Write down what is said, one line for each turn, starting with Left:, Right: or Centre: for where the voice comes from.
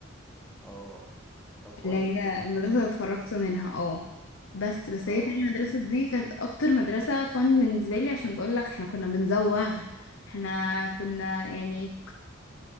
Centre: اه طب كويس
Left: اللي هي
Centre: ده
Left: المدرسة اللي اتخرجت منها اه بس بس
Centre: اه
Left: هي تاني مدرسة دي كانت أكتر مدرسة فن بالنسبة لي عشان بقولك احنا كنا بنزوغ احنا كنا يعني